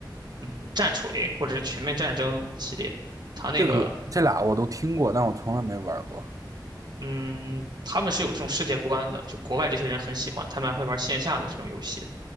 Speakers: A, on the right; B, on the right.
A: 嗯，战锤或者是全面战争系列，它那个。
B: 这个这俩我都听过，但我从来没玩过。
A: 嗯，他们是有这种世界观的，就国外这些人很喜欢，他们还会玩线下的这种游戏。